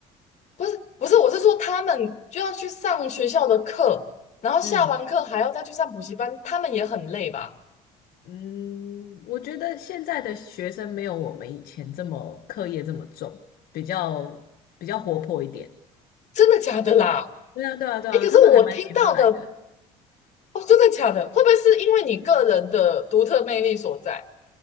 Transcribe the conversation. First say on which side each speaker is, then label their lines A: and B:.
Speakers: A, on the left; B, on the left.
A: 不是不是，我是说他们就要去上学校的课，然后下完课还要再去上补习班，
B: 嗯
A: 他们也很累吧？
B: 嗯，我觉得现在的学生没有我们以前这么课业这么重，比较比较活泼一点。
A: 真的假的啦？
B: 对啊，对啊，对啊，
A: 哎，可是我听到的
B: 他们还蛮喜欢来的。
A: 哦，真的假的？会不会是因为你个人的独特魅力所在？